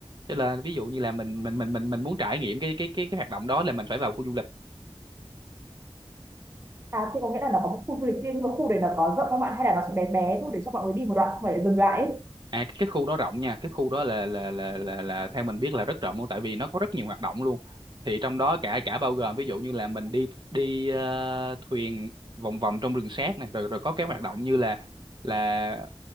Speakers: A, on the right; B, on the right.
A: cho là ví dụ như là mình mình mình mình mình muốn trải nghiệm cái cái cái, cái hoạt động đó là mình phải vào khu du lịch
B: À thế có nghĩa là nó có một khu du lịch riêng nhưng mà khu đấy nó có rộng không bạn? Hay là nó chỉ bé bé thôi để cho mọi người đi một đoạn xong rồi lại dừng lại ấy?
A: À cái, cái khu đó rộng nha, cái khu đó là là là là là theo mình biết là rất rộng luôn tại vì nó có rất nhiều hoạt động luôn. Thì trong đó cả cả bao gồm ví dụ như là mình đi đi ờ, thuyền vòng vòng trong rừng Sác này rồi rồi có cái hoạt động như là là